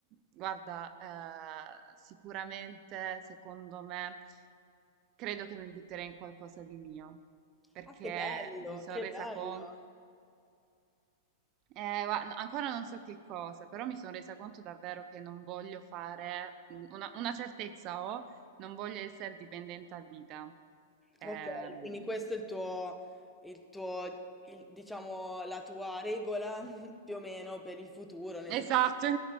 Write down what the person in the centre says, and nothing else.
Ah, che bello,
che
bello.
Ok, quindi questo è il tuo, il tuo il- diciamo, la tua regola <laughs> più o meno per il futuro, nel senso,